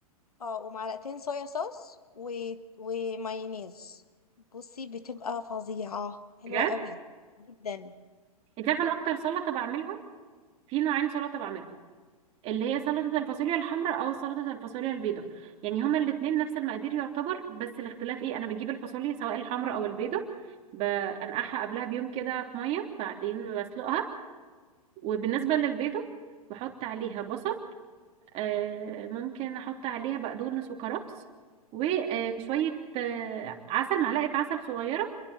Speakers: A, on the left (about 75°); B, on the right (about 30°).
A: اه ومعلقتين صويا صوص و... ومايونيز بصي بتبقى فظيعة حلوة
B: بجد
A: قوي جدا
B: انت عارفه انا اكتر سلطه بعملها في نوعين سلطه بعملهم اللي هي سلطه الفاصوليا الحمراء او سلطه الفاصوليا البيضاء يعني هما الاثنين نفس المقادير يعتبر بس الاختلاف ايه انا بجيب الفاصوليا سواء الحمراء او البيضاء بنقعها قبلها بيوم كده في ميه بعدين بسلقها وبالنسبه للبيضاء بحط عليها بصل آه، ممكن احط عليها بقدونس وكرفس وشويه آه، عسل معلقه عسل صغيره